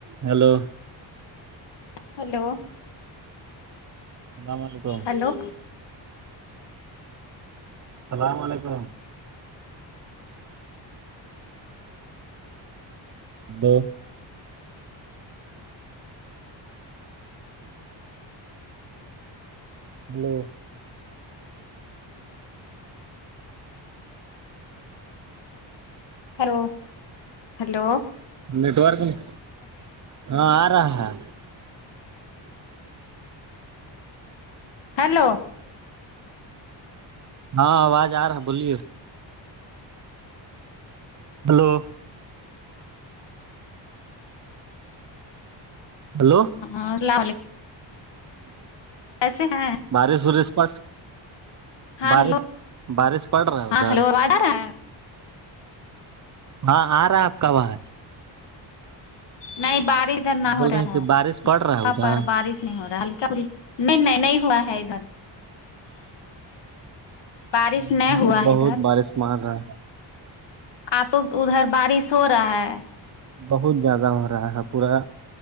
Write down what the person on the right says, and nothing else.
hello
السلام علیکم
السلام علیکم hello hello
network میں ہاں آ رہا ہے
ہاں آواز آ رہا ہے بولیے ہیلو ہیلو
بارش وورش پ
بارش
بارش پڑ رہا ہے
ادھر
ہاں آ رہا ہے آپ کا اواز
بول
رہے ہیں کہ بارش پڑ رہا
ہے ادھر
ھر
بہت
بارش مار رہا ہے
بہت زیادہ ہو رہا ہے پورا